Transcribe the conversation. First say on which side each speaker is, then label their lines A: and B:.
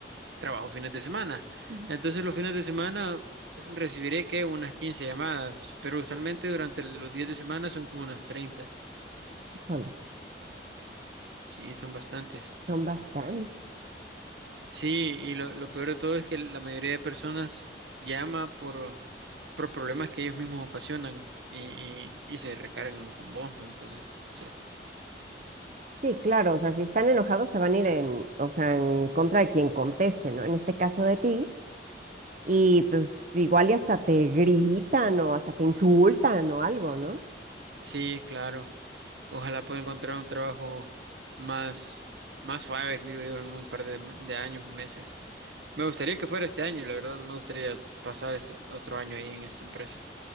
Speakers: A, on the right; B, on the right.
A: trabajo fines de semana.
B: ujú.
A: Entonces los fines de semana recibiré que unas 15 llamadas, pero usualmente durante los días de semana son como unas treinta
B: Híjole,
A: Sí, son bastantes.
B: son bastantes.
A: Sí, y lo, lo peor de todo es que la mayoría de personas llama por, por problemas que ellos mismos ocasionan y, y, y se recargan con vos, ¿no? Entonces, sí,
B: Sí, claro, o sea, si están enojados se van a ir en, o sea, en contra de quien conteste, ¿no? En este caso de ti, y pues igual y hasta te gritan o hasta te insultan o algo, ¿no?
A: sí, claro. Ojalá pueda encontrar un trabajo más, más suave, digo yo, en un par de, de años o meses. Me gustaría que fuera este año, la verdad, no me gustaría pasar este otro año ahí en esta empresa.